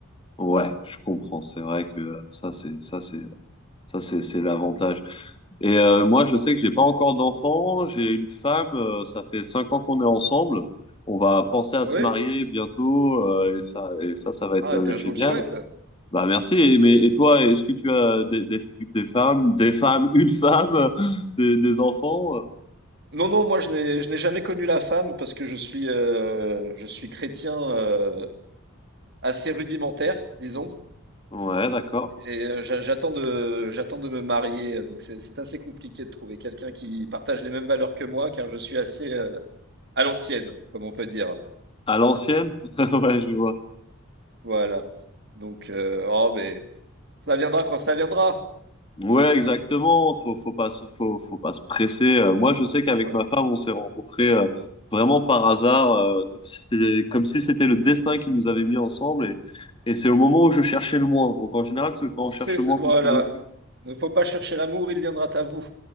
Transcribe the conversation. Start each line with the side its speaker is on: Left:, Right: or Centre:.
Left: ouais, je comprends. C'est vrai que ça, c'est, ça, c'est, ça, c'est, c'est l'avantage. Et euh, moi, je sais que j'ai pas encore d'enfant. J'ai une femme. euh, ça fait cinq ans qu'on est ensemble. On va penser à
Right: Oui.
Left: se marier bientôt, euh, et ça, et ça, ça va
Right: Ah,
Left: être euh,
Right: eh bien,
Left: génial.
Right: je vous le souhaite.
Left: Bah merci. Et, mais, et toi, est-ce que tu as des, des, des femmes, des femmes, une femme, <laughs> des, des enfants?
Right: Non, non, moi je n'ai je n'ai jamais connu la femme parce que je suis euh, je suis chrétien euh, assez rudimentaire, disons.
Left: Ouais, d'accord.
Right: Et euh, j'a- j'attends de, j'attends de me marier, euh, donc c'est c'est assez compliqué de trouver quelqu'un qui partage les mêmes valeurs que moi, car je suis assez euh, à l'ancienne, comme on peut dire.
Left: À l'ancienne? <laughs> Ouais, je vois.
Right: Voilà. Donc, euh, oh, mais ça viendra quand ça viendra.
Left: Ouais, exactement. Faut, faut pas se, faut, faut pas se presser. Euh, Moi, je sais qu'avec
Right: Voilà.
Left: ma femme, on s'est rencontrés euh, vraiment par hasard, euh, comme si c'était, comme si c'était le destin qui nous avait mis ensemble. Et, et c'est au moment où je cherchais le moins. Donc en général, c'est quand
Right: C'est,
Left: on cherche le
Right: c'est-
Left: moins
Right: voilà.
Left: qu'on trouve le plus.
Right: Ne faut pas chercher l'amour, il viendra à vous.